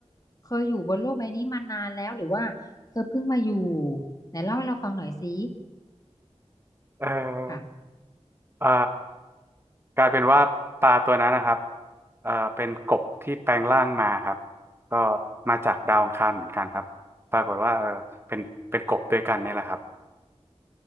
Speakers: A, on the left; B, on the right.
A: เคยอยู่บนโลกใบนี้มานานแล้วหรือว่าเธอเพิ่งมาอยู่ไหนเล่าให้เราฟังหน่อยสิ
B: เออ
A: ค่ะ
B: เออกลายเป็นว่าปลาตัวนั้นนะครับเออเป็นกบที่แปลงร่างมาครับก็มาจากดาวอังคารเหมือนกันครับปรากฏว่าเออเป็นเป็นกบด้วยกันเนี่ยแหละครับ